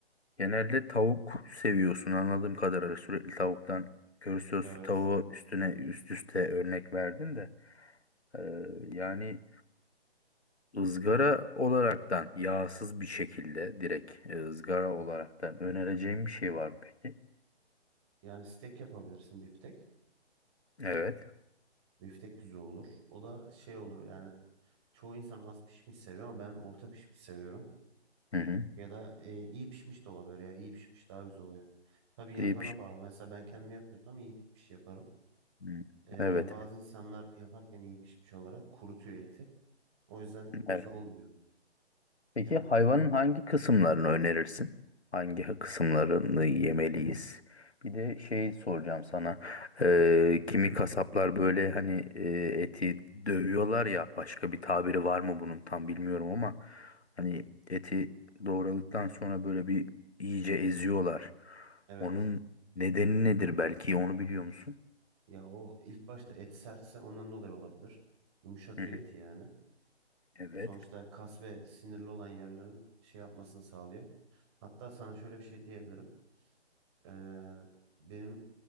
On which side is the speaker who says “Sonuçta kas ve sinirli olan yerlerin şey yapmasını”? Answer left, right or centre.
Right